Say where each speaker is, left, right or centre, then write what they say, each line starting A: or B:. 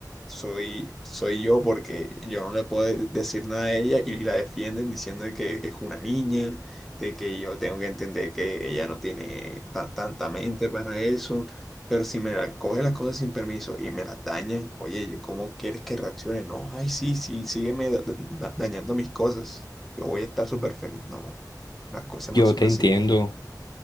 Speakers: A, in the centre; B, on the left.
A: soy, soy yo porque yo no le puedo de- decir nada a ella y la defienden diciendo de que es una niña, de que yo tengo que entender que ella no tiene tan, tanta mente para eso. Pero si me la coge las cosas sin permiso y me las daña, oye, ¿yo cómo quieres que reaccione? No, ay, sí, sí, sígueme da- da- da- dañando mis cosas. Yo voy a estar súper feliz. No, las cosas
B: Yo
A: no son
B: te
A: así.
B: entiendo.